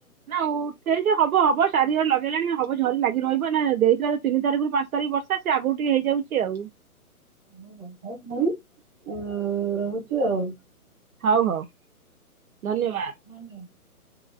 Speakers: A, on the right (about 70°); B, on the right (about 15°).
A: ନା ଉ ଉଠେଇଛି ହବ୍- ହଁ ହବ । ଚାରି ଓଳି ଲଗେଇଲାଣି । ହବ ଝରି ଲାଗି ରହିବ ଅଇନା ଦେଇଥିଲା ତିନି ତାରିଖରୁ ପାଞ୍ଚ୍ ତାରିଖ ବର୍ଷା, ସେ ଆଗରୁ ଟିକେ ହେଇଯାଉଛି ଆଉ ।
B: <unintelligible> ଏ ରହୁଛି ଆଉ ।
A: ହଉ ହଉ ଧନ୍ୟବା
B: <inaudible>